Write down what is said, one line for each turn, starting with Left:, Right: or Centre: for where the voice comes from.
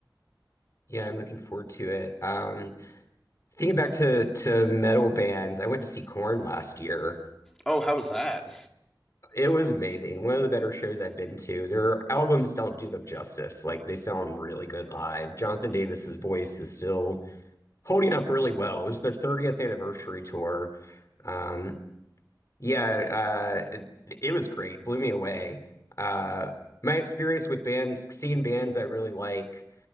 Left: Yeah, I'm looking forward to it. Um thinking back to to metal bands, I went to see Korn last year.
Centre: Oh, how was that?
Left: It was amazing. One of the better shows I've been to. Their albums don't do them justice. Like they sound really good live. Jonathan Davis's voice is still holding up really well. It was their 30th anniversary tour. Um, Yeah, uh, it, it was great. Blew me away. Uh, my experience with bands, seeing bands I really like,